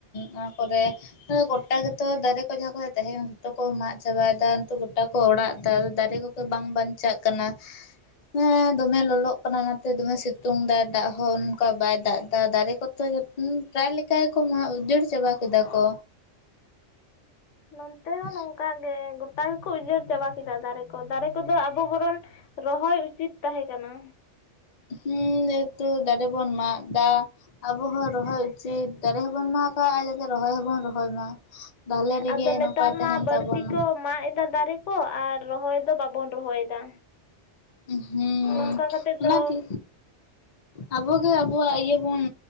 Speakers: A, on the left (about 45°); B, on the left (about 80°).
A: ᱚᱱᱟ ᱠᱚᱨᱮ ᱜᱚᱴᱟ ᱜᱮᱛᱚ ᱫᱟᱨᱮ ᱠᱚ ᱡᱟᱦᱟᱸ ᱠᱚᱨᱮ ᱛᱟᱦᱮᱱ ᱡᱚᱛᱚ ᱠᱚ ᱢᱟᱜ ᱪᱟᱵᱟᱭᱮᱫᱟ ᱱᱤᱛᱚᱜ ᱜᱚᱴᱟ ᱠᱚ ᱚᱲᱟᱜ ᱫᱟ ᱫᱟᱨᱮ ᱠᱚ ᱵᱟᱝ ᱵᱟᱧᱪᱟᱜ ᱠᱟᱱᱟ ᱦᱮᱸ ᱫᱚᱢᱮ ᱞᱚᱞᱚᱜ ᱠᱟᱱᱟ ᱚᱱᱟᱛᱮ ᱫᱚᱢᱮ ᱥᱤᱛᱩᱝ ᱫᱟᱭ ᱫᱟᱜ ᱦᱚᱸ ᱚᱱᱠᱟ ᱵᱟᱭ ᱫᱟᱜ ᱮᱫᱟ ᱫᱟᱨᱮ ᱠᱚᱛᱚ ᱡᱚᱛᱚ ᱯᱨᱟᱭ ᱞᱮᱠᱟ ᱜᱮ ᱠᱚ ᱩᱡᱟᱹᱲ ᱪᱟᱵᱟ ᱠᱮᱫᱟ ᱠᱚ
B: ᱞᱚᱱ
A: <unintelligible>
B: ᱚᱱᱠᱟᱜᱮ ᱜᱚᱴᱟ ᱜᱮᱠᱚ ᱩᱡᱟᱹᱲ ᱪᱟᱵᱟ ᱠᱮᱫᱟ ᱫᱟᱨᱮ ᱠᱚ ᱫᱟᱨᱮ ᱠᱚᱫᱚ ᱟᱵᱚ ᱵᱚᱨᱚᱱ ᱨᱚᱦᱚᱭ ᱩᱪᱤᱛ ᱛᱟᱦᱮᱸᱠᱟᱱᱟ
A: ᱦᱩᱸ ᱡᱮᱦᱮᱛᱩ ᱫᱟᱨᱮ ᱵᱚᱱ ᱢᱟᱜ ᱫᱟ ᱟᱵᱚ ᱦᱚᱸ ᱨᱚᱦᱚᱭ ᱩᱪᱤᱛ ᱫᱟᱨᱮ ᱦᱚᱸᱵᱚᱱ ᱢᱟᱜᱟ ᱟᱨ ᱡᱟᱛᱮ ᱨᱚᱦᱚᱭ ᱦᱚᱸᱵᱚᱱ ᱨᱚᱦᱚᱭ ᱢᱟ ᱵᱷᱟᱞᱮ ᱨᱮᱜᱮ
B: ᱟᱫᱚ ᱱᱮᱛᱟᱨ
A: ᱱᱟᱯᱟᱭ ᱛᱟᱦᱮᱱ
B: ᱢᱟ ᱵᱟᱹᱲᱛᱤ
A: ᱛᱟᱵᱚᱱ ᱢᱟ
B: ᱠᱚ ᱢᱟᱜ ᱮᱫᱟ ᱫᱟᱨᱮ ᱠᱚ ᱟᱨ ᱨᱚᱦᱚᱭ ᱫᱚ ᱵᱟᱵᱚᱱ ᱨᱚᱦᱚᱭᱮᱫᱟ
A: ᱦᱩᱸᱻ
B: ᱱᱚᱝᱠᱟ ᱠᱟᱛᱮᱫ
A: ᱚᱱᱟᱛᱮ
B: ᱫᱚ
A: ᱟᱵᱚᱜᱮ ᱟᱵᱚᱣᱟᱜ ᱤᱭᱟᱹ ᱵᱚᱱ